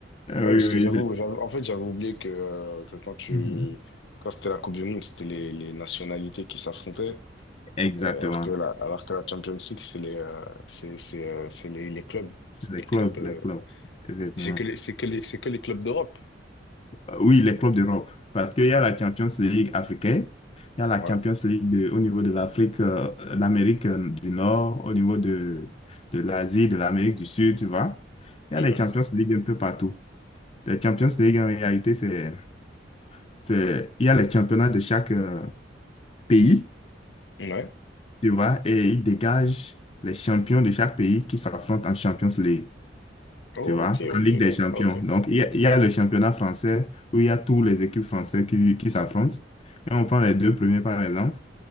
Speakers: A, on the left (about 35°); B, on the left (about 80°).
A: Ah
B: Ouais,
A: Oui,
B: parce
A: oui,
B: que
A: oui,
B: j'avoue,
A: c'est...
B: j'avoue- en fait, j'avais oublié que, euh, que quand tu,
A: mhm.
B: quand c'était la Coupe du Monde, c'était les, les nationalités qui s'affrontaient.
A: Exactement.
B: Et Alors que la, alors que la Champions League, c'est les, euh, c'est, c'est, euh, c'est les, les clubs.
A: C'est les
B: Les clubs,
A: clubs,
B: euh,
A: les clubs. Effectivement.
B: C'est que les, c'est que les, c'est que les clubs d'Europe.
A: Euh, Oui, les clubs d'Europe. Parce qu'il y a la Champions League africaine, il y a la
B: Ouais.
A: Champions League de- au niveau de l'Afrique, euh, l'Amérique euh, du Nord, au niveau de, de l'Asie, de l'Amérique du Sud, tu vois. Il
B: Mhm.
A: y a les Champions League un peu partout. Les Champions League, en réalité, c'est, c'est, il y a les championnats de chaque euh, pays,
B: Ouais.
A: tu vois, et ils dégagent les champions de chaque pays qui s'affrontent en Champions League.
B: Ok,
A: tu vois,
B: ok.
A: en Ligue des Champions.
B: Ok.
A: Donc, il y a, il y a le championnat français où il y a tous les équipes françaises qui, qui s'affrontent. Et on prend les deux premiers, par exemple,